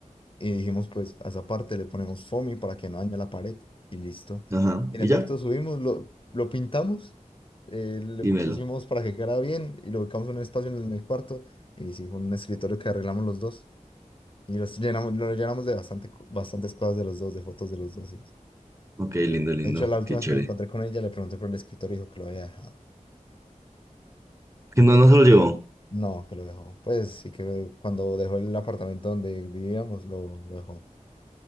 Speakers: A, on the left; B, on the right.
A: Y dijimos, pues a esa parte le ponemos foamy para que no dañe la pared y listo.
B: ajá,
A: En
B: y
A: efecto,
B: ya,
A: subimos, lo, lo pintamos, eh, le
B: dímelo.
A: pusimos para que quedara bien y lo ubicamos en un espacio en el cuarto y hicimos un escritorio que arreglamos los dos y los llenamos, lo llenamos de bastante, co- bastantes cosas de los dos, de fotos de los dos. sí.
B: Ok, lindo, lindo,
A: De hecho, la última
B: qué chévere.
A: vez que me encontré con ella le pregunté por el escritorio y dijo que lo había dejado.
B: Que no, no se lo llevó.
A: No, que lo dejó. Pues sí que cuando dejó el apartamento donde vivíamos, lo, lo dejó.